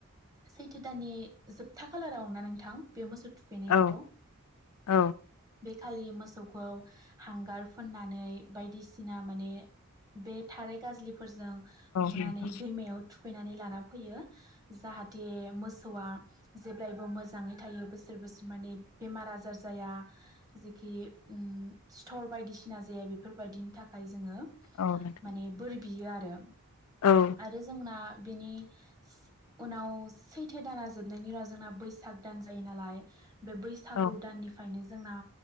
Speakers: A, on the right; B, on the left.
A: सैथो दाननि जोबथा खालाराव ना नोंथां बे मोसौ थुखैनायाथ'
B: औ औ
A: खालि मोसौखौ हांगार फोननानै बायदिसिना माने बे थाराय गाज्लि फोरजों बुनानै
B: नोंथां
A: दैमायाव थु थुखैनानै लाना फैयो जाहाथे मोसौआ जेब्लायबो मोजाङै थायो बोसोर बोसोर माने बेमार आजार जाया जेखि उम सिथर बायदिसिना जाया बेफोरबायदिनि थाखाय जोङो माने
B: औ नोंथां
A: बोरि बियो आरो
B: औ
A: आरो जोंना बेनि उनाव सैथो दाना जोबनायनि उनाव जोंना बैसाग दान जायो नालाय बे बैसागु
B: औ
A: दाननिफ्रायनो जोंना